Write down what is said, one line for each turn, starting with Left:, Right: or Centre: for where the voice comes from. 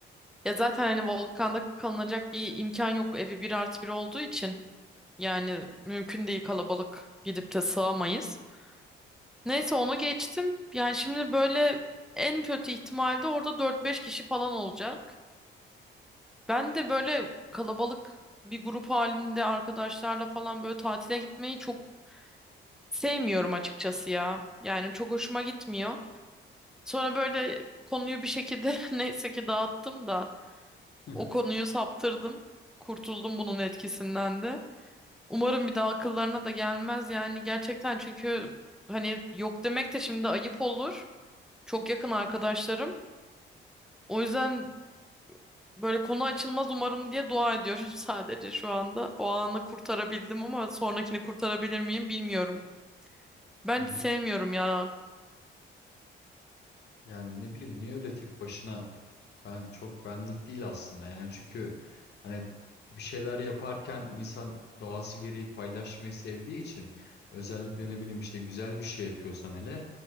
Centre: Ya zaten hani Volkan'da kalınacak bir imkan yok. Evi bir artı bir olduğu için. Yani mümkün değil kalabalık gidip de sığamayız. Neyse onu geçtim. Yani şimdi böyle en kötü ihtimalde orada dört beş kişi falan olacak. Ben de böyle kalabalık bir grup halinde arkadaşlarla falan böyle tatile gitmeyi çok sevmiyorum açıkçası ya. Yani çok hoşuma gitmiyor. Sonra böyle konuyu bir şekilde <laughs> neyse ki dağıttım da
Left: <laughs>
Centre: o konuyu saptırdım. Kurtuldum bunun etkisinden de. Umarım bir daha akıllarına da gelmez yani gerçekten çünkü hani yok demek de şimdi ayıp olur. Çok yakın arkadaşlarım. O yüzden böyle konu açılmaz umarım diye dua ediyorum <laughs> sadece şu anda. O anı kurtarabildim ama sonrakini kurtarabilir miyim bilmiyorum. Ben
Left: Ni
Centre: hiç sevmiyorum ya.
Left: yani ne bileyim niye öyle tek başına ben çok benlik değil aslında yani çünkü hani bir şeyler yaparken insan doğası gereği paylaşmayı sevdiği için özellikle ne bileyim işte güzel bir şey yapıyorsan hele